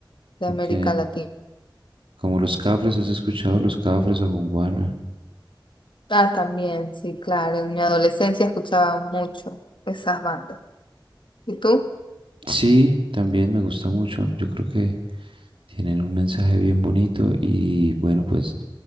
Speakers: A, on the left; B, on the right.
A: de
B: Ok.
A: América Latina.
B: Como los Cafres, ¿has escuchado los Cafres o Gonguana?
A: Ah, también, sí, claro. En mi adolescencia escuchaba mucho esas bandas. ¿Y tú?
B: Sí, también me gusta mucho. Yo creo que tienen un mensaje bien bonito y bueno, pues